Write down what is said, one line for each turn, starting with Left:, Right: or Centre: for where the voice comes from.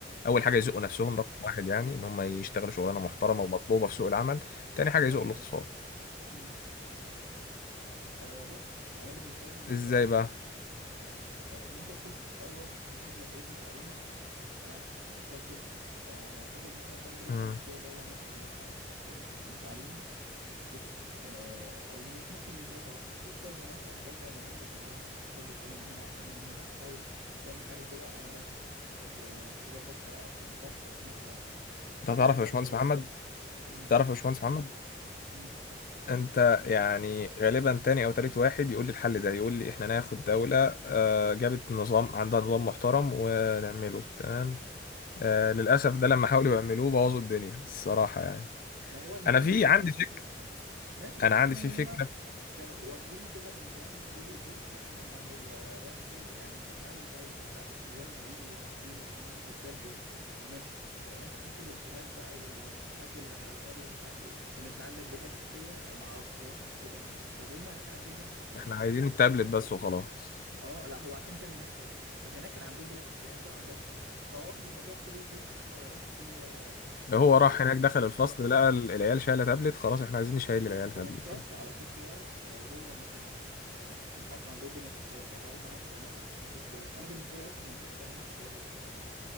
Left: اول
Right: امم
Left: حاجه يزقوا نفسهم رقم واحد يعني ان هم يشتغلوا شغلانه محترمه ومطلوبه في سوق العمل تاني حاجه
Right: اه
Left: يزقوا الاقتصاد
Right: امم أه بص انا بالنسبه لي ان
Left: ازاي
Right: انت
Left: بقى
Right: أه ان انت تشوف في الاول مشاكلك ايه في التعليم تمام تاخد أه تاخد مثلا تاخد ريفرنس
Left: امم
Right: كده دوله مثلا ناجحه في التعليم تشوف آه، او مش ممكن مش دولة واحدة انت تشوف كذا مثلا كذا نموذج قدامك وتاخد الحلو من هنا على الحلو من هنا وتحاول تعمل حاجة كده على مقاسك آه، ت- تظبط آه، في ثقافتك مثلا حاجة
Left: انت تعرف
Right: كده
Left: يا باشمهندس
Right: م- اي
Left: محمد
Right: مم.
Left: تعرف يا باشمهندس محمد
Right: مم.
Left: انت يعني غالبا تاني او تالت واحد يقول لي الحل ده يقول لي احنا ناخد دولة آه، جابت نظام عندها نظام محترم ونعمله تمام آه،
Right: مم.
Left: للأسف ده لما حاولوا يعملوه بوظوا الدنيا الصراحة يعني
Right: ما هو النظام
Left: انا في
Right: الجديد
Left: عندي فكرة
Right: ماشي بس
Left: انا عندي
Right: عشان
Left: في
Right: هم
Left: فكرة
Right: كانوا واخدينه كده بنظام كوبي بيست اعمى هو واخده يعني انت هل طيب انت النظام الجديد وتفكيره والكلام ده طب زي الفل طب ماشي آه، انت خدته بالتبات بقى والامتحانات اللي على التاب ومش عارف ايه طب انت عندك بنية تحتية آه، معرفش هو كان كده هناك طب هم هناك عندهم بنية تحتية
Left: احنا عايزين التابلت بس وخلاص
Right: اه لا هو عشان كان هناك كده طب هناك كان عندهم بنية تحتية انت ما عندكش فهو واخد الموضوع كوبي بيست ما غيرش فيه ولا فكر
Left: هو
Right: في
Left: راح
Right: اي حاجة
Left: هناك
Right: تانية
Left: دخل الفصل لقى ال- العيال شايله تابلت خلاص احنا عايزين نشيل العيال تابلت
Right: ومش شرط
Left: هنا
Right: على فكرة لو هو مثلا آه، كان حتى عنده بنية تحتية وشغال معاهم تمام يبقى عندك كويس أنا بالنسبة لي أصلا ما ينفعش تعليم على تاب والكلام ده